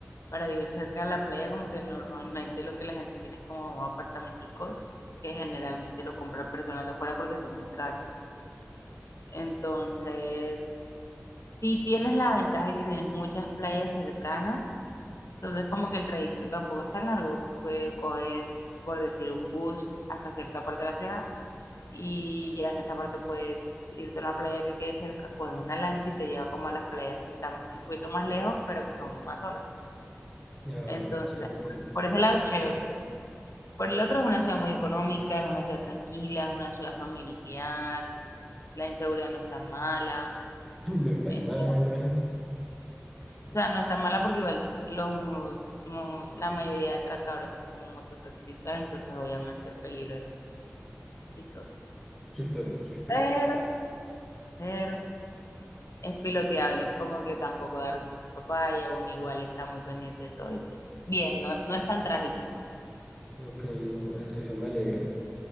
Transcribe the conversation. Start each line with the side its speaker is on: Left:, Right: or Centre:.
Left: Para vivir cerca de la playa, como que normalmente lo que la gente tiene es como apartamenticos, que generalmente lo compran personas de afuera porque son muy caros. Entonces, sí tienes la ventaja de que tienes muchas playas cercanas, entonces como que el trayecto tampoco es tan largo, que coges, por decir, un bus hasta cierta parte de la ciudad y ya en esa parte puedes irte a una playa que quede cerca, coges una lancha y te lleva como a las playas que están un poquito más lejos, pero que son más solas.
Centre: Ah,
Left: Entonces,
Centre: chévere.
Left: por por ese lado, chévere. Por el otro, es una ciudad muy económica, es una ciudad tranquila, es una ciudad familiar, la inseguridad no es tan mala.
Centre: <laughs> No es tan
Left: Entonces,
Centre: mala.
Left: o sea, no es tan mala porque igual los, mo- la mayoría de atracadores son como mototaxistas, entonces obviamente el peligro es chistoso.
Centre: Chistoso, chistoso.
Left: Pero, pero... es piloteable, es como que tampoco dar papaya, uno igual está muy pendiente de todo y pues bien, no, no es tan trágico.
Centre: Ok, eso, e- eso me alegra.